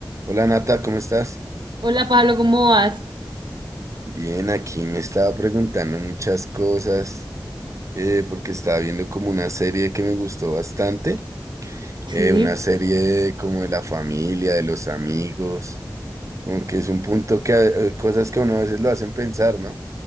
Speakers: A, on the right; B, on the right.
A: Hola Nata, ¿cómo estás?
B: Hola Pablo, ¿cómo vas?
A: Bien, aquí me estaba preguntando muchas cosas eh, porque estaba viendo como una serie que me gustó bastante,
B: Sí,
A: eh, una serie de- como de la familia, de los amigos, como que es un punto que a- eh, cosas que a uno a veces lo hacen pensar, ¿no?